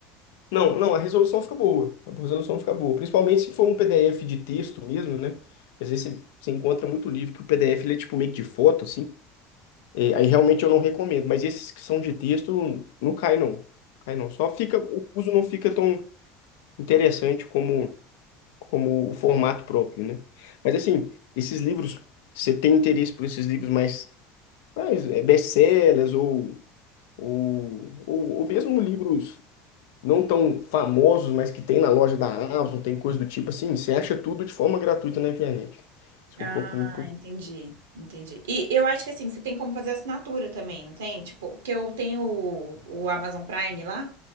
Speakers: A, on the left; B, on the right.
A: Não, não, a resolução fica boa. A resolução fica boa. Principalmente se for um PDF de texto mesmo, né? Às vezes você, você encontra muito livro que o PDF ele é tipo meio que de foto, assim. É, aí realmente eu não recomendo. Mas esses que são de texto, não cai, não. Cai, não. Só fica, o uso não fica tão interessante como, como o formato próprio, né? Mas assim, esses livros, você tem interesse por esses livros mais, mais é, best-sellers ou, ou, ou, ou mesmo livros não tão famosos, mas que tem na loja da Amazon, tem coisa do tipo assim, você acha tudo de forma gratuita na internet. Isso
B: Ah,
A: é um ponto muito positivo.
B: entendi, entendi. E eu acho que assim, você tem como fazer assinatura também, não tem? Tipo, porque eu tenho o, o Amazon Prime lá,